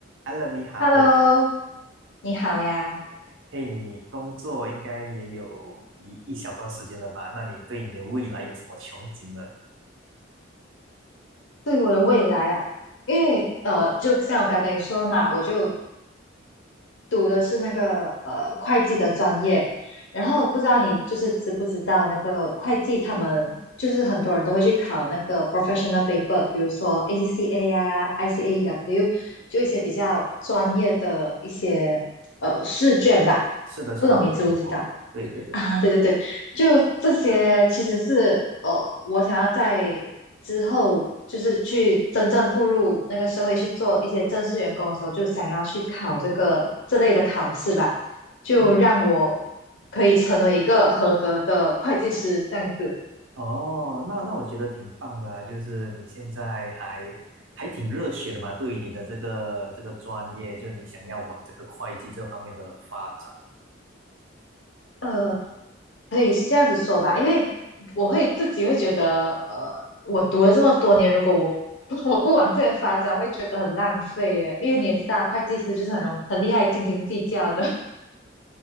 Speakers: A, on the right; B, on the left.
A: h e l l o 你好，
B: Hello，你好呀。
A: 嘿，你工作应该也有一一小段时间了吧？那你对你的未来有什么憧憬呢？
B: 对于我的未来啊，因为呃，就像我刚才跟你说的嘛，我就读的是那个呃会计的专业，然后不知道你就是知不知道那个会计他们就是很多人都会去考那个 professional paper，比如说 ACCA 啊、ICAEW，就一些比较专业的一些呃试卷吧，
A: 是的，是的，
B: 不懂你知不知道？
A: 我有听过。对对对，
B: <laughs> 啊，对对对，就这些其实是呃，我想要在之后就是去真正步入那个社会去做一些正式员工的时候，就想要去考这个这类的考试吧，就让我
A: 嗯，
B: 可以成为一个合格的会计师这样子。
A: 哦，那那我觉得挺棒的啊，就是你现在还还挺热血的嘛，对于你的这个这个专业，就你想要往这个会计这方面的发展。
B: 呃，可以这样子说吧，因为我会自己会觉得，呃，我读了这么多年，如果我 <laughs> 我不往这边发展，我会觉得很浪费耶。因为你也知道，会计师就是很容很厉害，斤斤计较的。